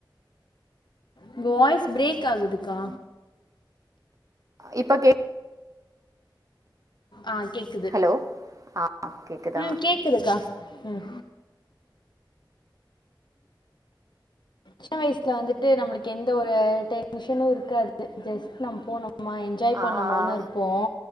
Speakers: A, on the left; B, on the right.
A: உங்க வாய்ஸ் பிரேக் ஆகுதுக்கா
B: இப்ப கேக்
A: ஆ கேக்
B: ஹலோ ஆ கேக்குதா
A: ம் கேக்குதுக்கா ம் சின்ன வயசுல வந்துட்டு நம்மளுக்கு எந்த ஒரு டென்ஷனு இருக்காது அது ஜஸ்ட் நம் போனோ என்ஜாய்
B: ஆ,
A: பண்ணமோன் இருப்போ